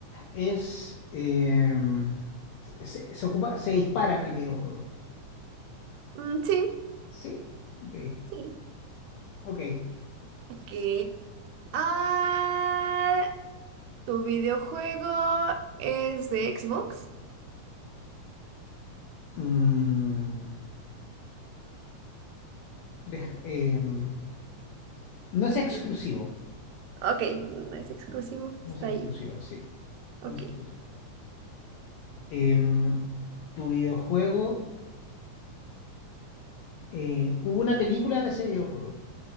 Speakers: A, on the left; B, on the right.
A: es, em, se, se- se ocupa, se dispara en el videojuego.
B: mm, sí,
A: Sí, ok,
B: sí,
A: ok.
B: ok. Ah, ¿tu videojuego es de Xbox?
A: Mm, deja- em, no es exclusivo,
B: Sí, ok, no es exclusivo,
A: no
B: está
A: es exclusivo,
B: ahí,
A: sí,
B: ok.
A: no es exclusivo. Em, tu videojuego Eh, ¿hubo una película de ese videojuego?